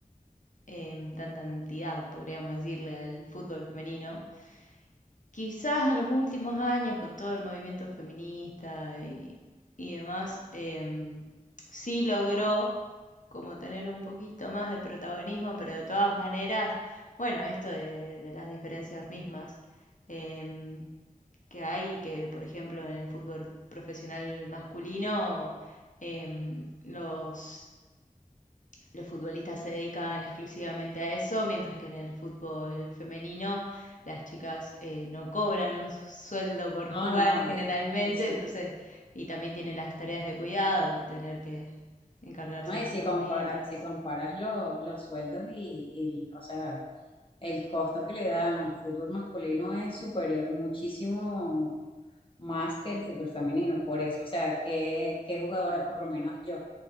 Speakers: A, on the left (about 55°); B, on the left (about 35°).
A: em, tanta entidad, podríamos decirle, al fútbol femenino. Quizás en los últimos años, con todo el movimiento feminista y, y demás, em, sí logró como tener un poquito más de protagonismo, pero de todas maneras, bueno, esto de, de las diferencias mismas em, que hay, que por ejemplo en el fútbol profesional masculino, em, los los futbolistas se dedican exclusivamente a eso, mientras que en el fútbol femenino las chicas eh, no cobran un sueldo por jugar
B: No, no,
A: generalmente,
B: eh, eh, sí.
A: entonces, y también tienen las tareas de cuidado, tener que encargarse
B: ¿no?
A: de
B: Y
A: sus
B: si
A: familias.
B: comparas si comparas lo- los sueldos y, y, o sea, el costo que le dan al fútbol masculino es superior muchísimo más que el fútbol femenino. Por eso, o sea, que qué jugadora? Por lo menos yo,